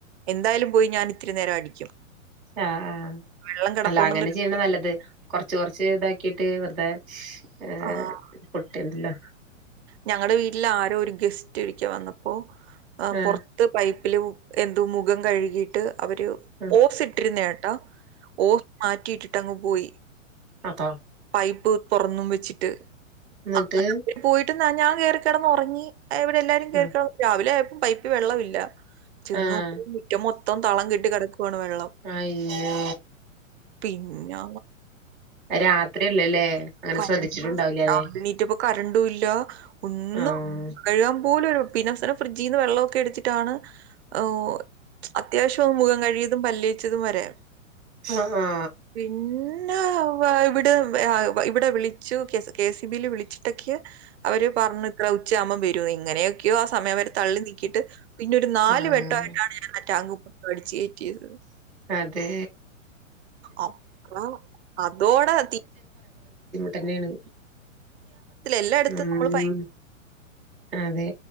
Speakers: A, on the right; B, in the centre.
A: എന്തായാലും പോയി ഞാൻ ഇത്തിരി നേരം അടിക്കും
B: ആ ആഹ്
A: വെള്ളം കിടപ്പുണ്ടെന്നൊരു
B: അല്ല അങ്ങനെ ചെയ്യണ നല്ലത് കൊറച്ച് കൊറച്ച് ഇതാക്കിട്ട് വെറുതെ ഏഹ്
A: ആഹ്.
B: പുട്ടില്ലോ
A: ഞങ്ങടെ വീട്ടില് ആരോ ഒരു ഗസ്റ്റ് കുറ്റി അടിക്കാൻ വന്നപ്പോ ആ
B: ആഹ്
A: പുറത്ത് പൈ ലു എന്തു മുഖം കഴുകിയിട്ട് അവർ
B: ആഹ്
A: ഓസ് ഇട്ടിരുന്നാണ് ട്ട ഓ മാറ്റിയെട് അങ്ങ്പോയി
B: അത
A: പൈപ്പ് തുറന്നു വെച്ചിട്ട്.
B: എന്നിട്ട്
A: അങ്ങനെ അവര് പോയിട്ട് ഞാൻ കേറി കിടന്നുറങ്ങി എവിടെ എല്ലാരും കേൾക്ക
B: ആഹ്
A: രാവിലെ പൈപ്പ് വെള്ളമില്ല. ചെന്നാക്കുമ്പോ
B: ആഹ്
A: മുറ്റം മൊത്തം തളം കെട്ടി കിടക്കുകയാണ് വെള്ളം.
B: അയ്യോ
A: പിന്നെ
B: രാത്രിയല്ലല്ലേ അങ്ങനെ
A: കറന്റ്
B: ശ്രദ്ധിച്ചിട്ടുണ്ടാവില്ലല്ലേ
A: രാവിലെ നീറ്റപ്പോ കറണ്ടില്ല. കരണ്ടും ഇല്ല ഒന്നും
B: ആഹ്
A: കൈകൻ പോലൊ ഒരു പിന്നെ ഫ്രിഡ്ജിൽ നിന്ന് വെള്ളം എടുത്തിട്ടാണ് ഔ അത്യാവ്യം മുഖം കഴിയതും. പല്ലു തേച്ചത് വരെ
B: ആഹ ആ
A: പിന്നെ ഇവിടെ ഇവിടെ വിളിച്ചു കെ സി ബിൽ വിളിച്ച <unintelligible> അവര് പറഞ്ഞു ഉച്ചാകുമ്പോ വരും ഇങ്ങന ോ ആ സമയം വരെ തള്ളി നീക്കിയിട്ട് പിന്നെ ഒരു നാല്
B: ആഹ്
A: വെട്ടമായിട്ടാണ് ഞാൻ ആ ടാങ്ക് ഫുള്ള് ആടി. േച്ച തിഹ്
B: അതെ
A: അക്രം അതോടെത്തി
B: തന്നെയാണ്
A: എല്ലായിടത്തും
B: മം
A: നമ്മള് പ
B: അതെ